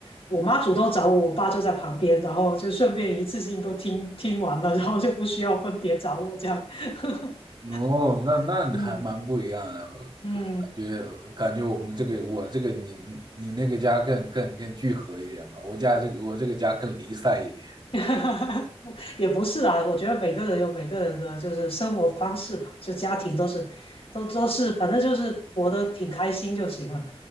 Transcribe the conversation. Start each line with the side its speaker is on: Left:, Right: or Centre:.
Left: 我妈主动找我，我爸就在旁边，然后就顺便一次性都听听完了，然后就不需要分别找我这样。<laughs>
Right: 哦，那那还蛮不一样的，
Left: 嗯嗯。
Right: 感觉感觉我们这个我这个你你那个家更更更聚合一点吧，我家这个我这个家更离散一点。
Left: <laughs> 哈哈，也不是啦，我觉得每个人有每个人的就是生活方式吧，就家庭都是，都都是，反正就是活得挺开心就行了，